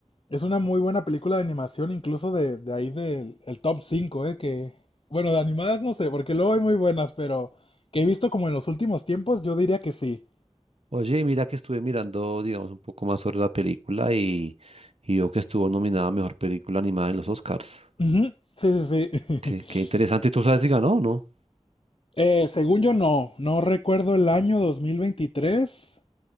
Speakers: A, on the left; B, on the right.
A: es una muy buena película de animación, incluso de, de ahí del el top 5 ¿eh? Que, bueno, de animadas no sé, porque luego hay muy buenas, pero que he visto como en los últimos tiempos, yo diría que sí.
B: Oye, y mira que estuve mirando, digamos, un poco más sobre la película y, y veo que estuvo nominada a Mejor Película Animada en los Oscars.
A: Ujú, Sí, sí, sí.
B: Qué,
A: <laughs>
B: qué interesante, ¿tú sabes si ganó o no?
A: Eh, según yo no, no recuerdo el año 2023,